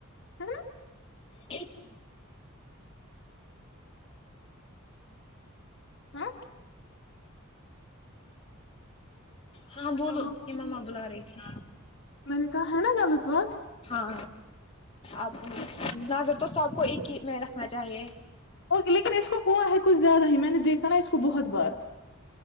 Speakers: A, on the left (about 60°); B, on the left (about 25°).
A: ہے
B: ایک س
A: ہاں
B: ہاں
A: ہلو
B: بولو ہماما بلا رہی تھی
A: میں نے کہا ہے نا غلط بات
B: ہاں اب
A: ٹھیک ہے
B: نظر تو سب کو ایک کہ میں رکھنا چاہیے
A: اور لیکن اس کو ہوا ہے کچھ زیادہ ہی میں نے دیکھا نا اس کو بہت بار